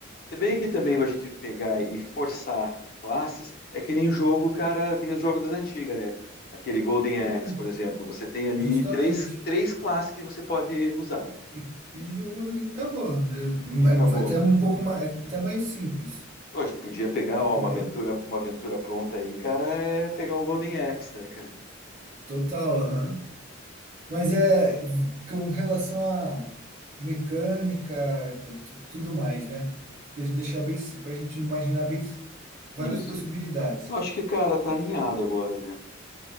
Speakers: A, on the left (about 50°); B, on the right (about 35°).
A: Se bem que também a gente pegar e forçar classes, é que nem jogo, cara, que nem os jogos das antigas, né? Aquele Golden
B: Sim,
A: Axe, por exemplo, você tem ali
B: justamente.
A: três, três classes que você pode usar.
B: E, e de uso, e acabou. É,
A: E acabou.
B: é é até um pouco mais, é até mais simples,
A: Pô, A gente podia pegar,
B: entendeu?
A: ó, uma aventura, uma aventura pronta aí, cara, é pegar o Golden Axe, né, cara?
B: Total, aham. Mas é com relação a mecânica, tu- tudo mais, né? Pra gente deixar bem, pra gente imaginar bem várias
A: Isso.
B: possibilidades.
A: Eu acho que, cara, tá alinhado agora, né?